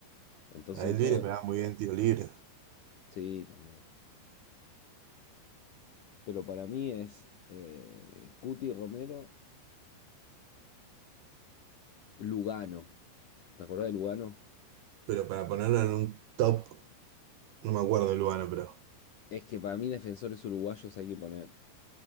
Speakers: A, on the left; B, on the right.
A: Entonces
B: La
A: son
B: de Luis
A: todos,
B: le pegaba muy bien tiro libre.
A: sí, también. pero para mí es eh, Cuti Romero, Lugano. ¿Te acordás de Lugano?
B: Pero para ponerlo en un top, no me acuerdo el lugar, pero.
A: Es que para mí defensores uruguayos hay que poner.